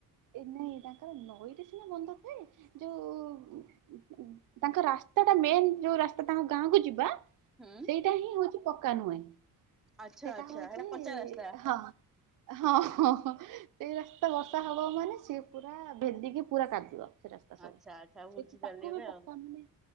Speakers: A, on the right; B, in the centre.
A: ଏ ନାଇଁ ତାଙ୍କର ନଈରେ ସିନା ବନ୍ଧ ଥାଏ। ଯୋଉ ଉଁ, ଉ, ତାଙ୍କ ରାସ୍ତା ଟା ମେନ୍ ଯୋଉ ରାସ୍ତା ତାଙ୍କ ଗାଁ କୁ ଯିବା
B: ହୁଁ
A: ସେଇଟା ହିଁ ହଉଛି ପକ୍କା ନୁହେଁ।
B: ଆଚ୍ଛା,
A: ସେଇଟା
B: ଆଚ୍ଛା,
A: ହଉଛି
B: ହେଟା କଞ୍ଚା ରାସ୍ତା।
A: ହଁ, ହଁ, ଏ, ହଁ, ହଁ, ହଁ। ସେଇ ରାସ୍ତା ବର୍ଷା ହବ ମାନେ ସିଏ ପୁରା ଭେଦିକି ପୂରା କାଦୁଅ। ସେ ରାସ୍ତା ସବୁ,
B: ଆଚ୍ଛା ଆଚ୍ଛା
A: ସେଠି
B: ବୁଝିପାରିଲି
A: ତାକୁ
B: ଏବେ
A: ବି ପକଉନି।
B: ଆଉ।